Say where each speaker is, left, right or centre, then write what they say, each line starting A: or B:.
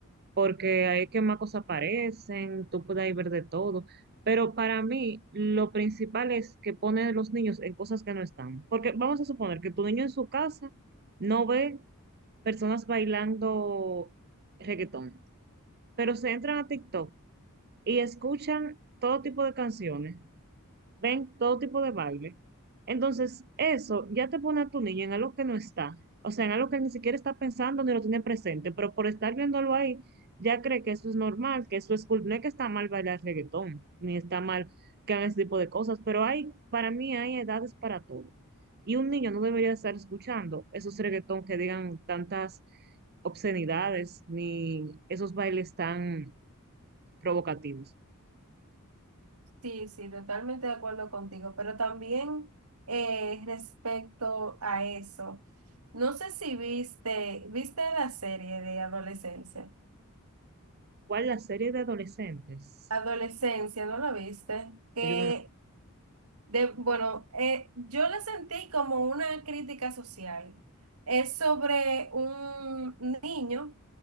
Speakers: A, on the right; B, on the right.
A: porque ahí es que más cosas aparecen, tú puedes ahí ver de todo, pero para mí lo principal es que ponen a los niños en cosas que no están, porque vamos a suponer que tu niño en su casa no ve personas bailando reggaetón, pero se entran a TikTok y escuchan todo tipo de canciones ven todo tipo de baile. Entonces, eso ya te pone a tu niño en algo que no está, o sea, en algo que ni siquiera está pensando ni lo tiene presente, pero por estar viéndolo ahí, ya cree que eso es normal, que eso es cool. No es que está mal bailar reggaetón, ni está mal que hagan ese tipo de cosas, pero hay, para mí hay edades para todo. Y un niño no debería estar escuchando esos reggaetón que digan tantas obscenidades, ni esos bailes tan provocativos.
B: Sí, sí, totalmente de acuerdo contigo, pero también eh, respecto a eso, no sé si viste, viste la serie de adolescencia.
A: ¿Cuál la serie de adolescentes?
B: Adolescencia, ¿no la viste? Que,
A: Yo no la-
B: de, bueno, eh, yo la sentí como una crítica social. Es sobre un niño